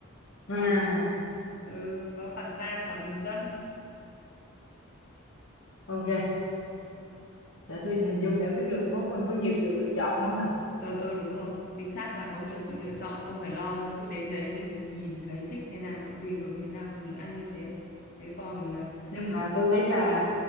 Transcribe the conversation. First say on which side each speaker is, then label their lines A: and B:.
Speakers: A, on the left; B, on the left.
A: À,
B: là ừ, có cả sang cả bình dân
A: ok. Để tôi hình dung để biết được mốt mình có nhiều sự lựa chọn lắm mà.
B: ừ ừ đúng rồi chính xác là có nhiều sự lựa chọn không phải lo đâu cứ đến đấy mình nhìn thấy thích thế nào hay tùy hứng thế nào thì mình ăn như thế thế còn
A: Nhưng
B: ờ,
A: mà tôi thấy là